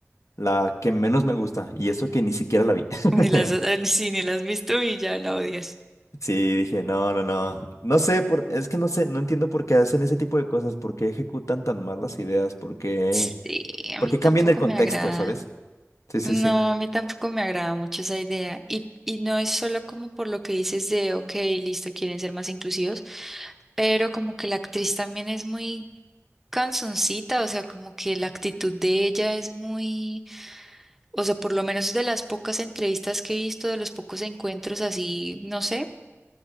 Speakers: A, on the left (about 75°); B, in the centre.
A: la que menos me gusta y eso que ni siquiera la vi. <laughs>
B: Ni las, eh, sí, ni las has visto y ya la odias.
A: Sí, dije, no, no, no. No sé, por, es que no sé, no entiendo por qué hacen ese tipo de cosas, por qué ejecutan tan mal las ideas, por qué,
B: Sí, a
A: por
B: mí
A: qué
B: tampoco
A: cambian el contexto,
B: me agrada.
A: ¿sabes? Sí, sí,
B: No,
A: sí.
B: a mí tampoco me agrada mucho esa idea. Y, y no es solo como por lo que dices de, ok, listo, quieren ser más inclusivos, pero como que la actriz también es muy canzoncita, o sea, como que la actitud de ella es muy, o sea, por lo menos de las pocas entrevistas que he visto, de los pocos encuentros así, no sé.